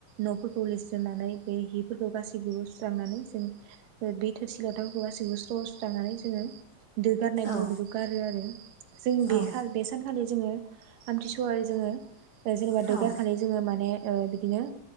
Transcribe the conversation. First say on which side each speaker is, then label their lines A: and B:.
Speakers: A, on the right; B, on the right.
A: न'फोरखौ लिरस्रोननानै बे हिफोरखौ गासैखौबो सुस्रांनानै जों बे थोरसि लथाव गासिखौबो स्रव सुस्रानानै जोङो दो गारनाय बुङो
B: औ
A: बेखौ गारो आरो जों बे
B: औ
A: बे सानखालि जोङो आमथिंसुवाय जोङो जेनेबा
B: औ
A: दो गारखलि जोङो माने बिदिनो